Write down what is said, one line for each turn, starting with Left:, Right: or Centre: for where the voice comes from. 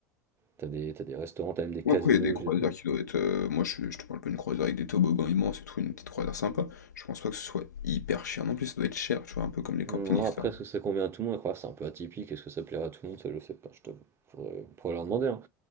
Right: T'as des, t'as des restaurants, t'as même des casinos,
Left: Ou après, il y a des croisières
Right: j'ai vu.
Left: qui doivent être. euh, moi, je, je te parle pas d'une croisière avec des toboggans immenses et tout, une petite croisière sympa. Je pense pas que ce soit hyper cher. Non plus, ça doit être cher, tu vois, un peu comme les campings,
Right: Non,
Left: etc.
Right: après, est-ce que ça convient à tout le monde? Après, c'est un peu atypique. Est-ce que ça plaira à tout le monde? Ça, je sais pas, je t'avoue. Faudrait... On pourrait leur demander. hein.